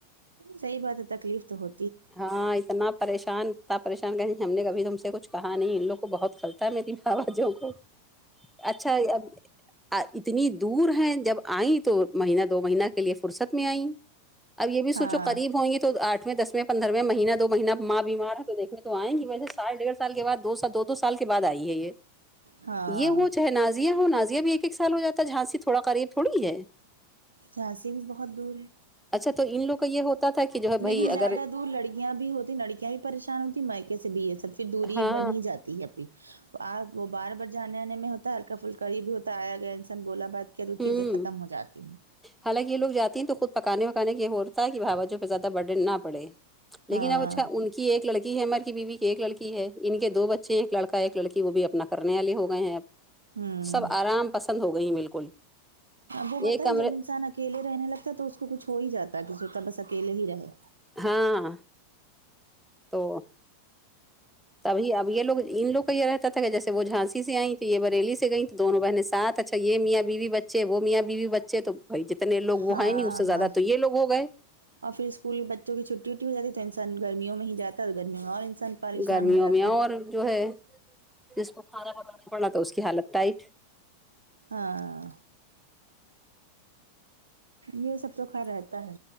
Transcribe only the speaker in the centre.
ہاں اتنا پریشان انا پریشان کہ ہم نے کبھی تم سے کچھ کہا نہیں ان لوگ بہت کھلتا ہے میری بھاوجوں کو اچھا یہ اب ا اتنی دور ہیں جب ائیں تو مہینہ دو مہینہ کے لیے فرصت میں آئیں اب یہ بھی
سوچو قریب ہوں گی تو آٹھ میں دس میں پندروے مہینہ دو مہینہ ماں بیمار ہے تو دیکھنے تو آئیں گی ویسے سال ڈیڑھ سال کے بعد دو سال دو دو سال کے بعد آئی ہے یہ
یہ ہو چاہے نازیہ ہو نازیہ بھی ایک ایک سال ہو جاتا ہے جھانسی تھوڑا قریب تھوڑی ہے
اچھا تو ان لوگ کا یہ ہوتا تھا کہ جو ہے
بھائی اگر
ہاں
ہوں
حالانکہ یہ لوگ جاتی ہیں تو خود پکانے وکانے یہ ہوتا ہے کہ بھاوجوں پہ زیادہ برڈن نہ پڑے
لیکن اب اچھا ان کی ایک لڑکی ہے عمر کی بیوی کی ایک لڑکی ہے ان کے دو بچے ایک لڑکا ہے ایک لڑکی وہ بھی اپنا کرنے والے ہو گئے ہیں
اب آرام پسند ہو گئیں بالکل
ایک کمرے
ہاں تو تب ہی اب یہ لوگ ان لوگ کا یہ رہتا تھا کہ جیسے وہ جھانسی سے آئیں تو یہ بریلی سے گئیں تو دونوں بہن ساتھ اچھا یہ میاں بیوی بچے وہ میاں بیوی بچے تو بھائی جتنے لوگ وہ
ہیں نہیں اس سے
زیادہ تو یہ لوگ ہو گئے
گرمیوں
میں اور
جو ہے جس کو کھانا بنانا پڑا تھا اس کی حالت ٹائٹ